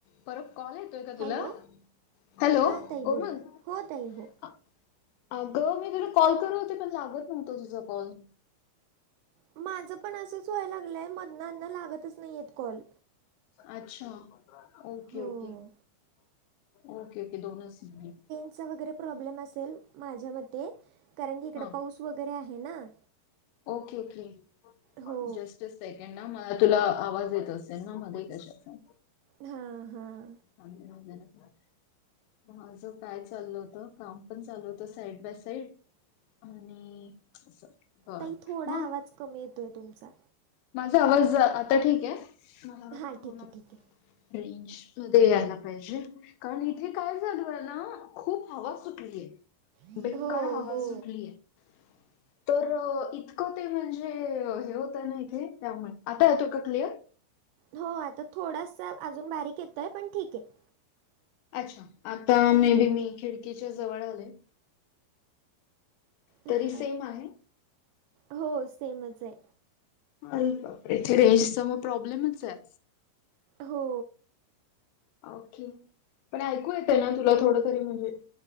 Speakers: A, on the left (about 80°); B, on the right (about 80°).
A: परत कॉलेज. का
B: हॅलो
A: तुला हॅलो
B: हां ताई
A: कोमल
B: बोला
A: <unintelligible>
B: हो ताई हो
A: अगं मी तुला कॉल करत होते, पण लागत नव्हता तुझा कॉल.
B: माझं पणं असंच व्हाय लागलंय मधन अधन लागतचं नाहीं आहे कॉल.
A: अच्छा! ओके
B: हो
A: ओके ओके ओके दोनचं
B: नेटचा वगैरे प्रॉब्लेम असेल माझ्या मध्यें कारणं की इकडं
A: हा
B: पाऊस वगैरें आहे नां.
A: ओके ओके जस्टं
B: हो
A: तस्टं सेकंड नां मला तुला आवाज येत असेल नां मध्यें कशाचां?
B: हां हां
A: अ <inaudible> माझं कायं चाललं होतं. कामं पणं चालूं होतं साईड बाय साईड आणि असं बर
B: ताई थोडा
A: मग
B: आवाज कमी येतोय तुमचां.
A: माझा आवाज आता ठीक आहे. मला वाटतं
B: हां ठीक
A: म
B: आहे ठीक
A: रेंज मध्ये यायला पाहिजे. कारण इथे काय झाल ना खूप हवा सुटली आहे.
B: आहे
A: बेकार
B: हो
A: हवा
B: हो
A: सुटलीय आहे. तरं इतकं ते म्हणजे हे होतं नां त्यामुळें, आता येतो कां क्लिअर?
B: हो आता थोडासां अजूंन बारीक येतोय पणं ठीक आहे.
A: अच्छा! आता मे बी मी खिडकीच्यां जवळं आले. तरी
B: हां,
A: सेम आहे.
B: हो सेमचं आहे.
A: अरे बापरे, रेंजचा मगं प्रॉब्लेमचं आहे.
B: हो.
A: ओके, पणं ऐकू येतं नां तुला थोडं तरी म्हणजे